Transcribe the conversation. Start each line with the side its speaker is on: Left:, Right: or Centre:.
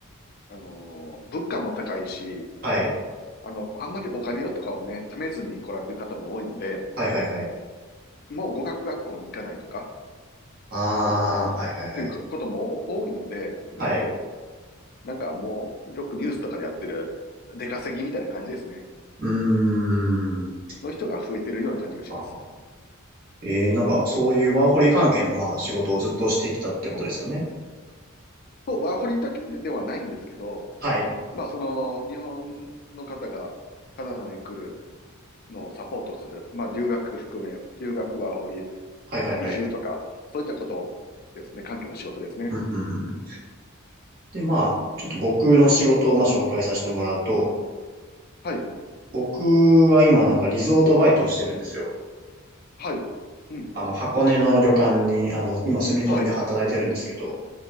Left: あのー、物価も高いし、
Right: はい。
Left: あの、あんまりお金とかをね、貯めずに来られる方も多いので、
Right: はいはいはい。
Left: もう語学学校に行かないとか、
Right: ああ、
Left: あのー、
Right: はいはいはい。
Left: っていうことも多いので、なので、
Right: はい。
Left: なんかもう、よくニュースとかでやってる、出稼ぎみたいな感じですね。
Right: うーん。
Left: の人が増えてるような感じがします。
Right: あは。えー、なんか、そういうワーホリ関係の、まあ、仕事をずっとしてきたってことですよね。
Left: と、ワーホリだけではないんですけど、
Right: はい。
Left: まあ、その、日本の方がカナダに来るのをサポートする、まあ、留学含め、留学ワーホリ、
Right: はいはいはい。
Left: 移住とか、そういったことですね、関係の仕事ですね。
Right: うんうんうんうんで、まあ、ちょっと僕の仕事を、まあ、紹介させてもらうと、
Left: はい。
Right: 僕は今、なんか、リゾートバイトをしてるんですよ。
Left: はい。うん。
Right: あの、箱根の旅館に、あの、今、住み込みで働いてるんですけど、
Left: はい。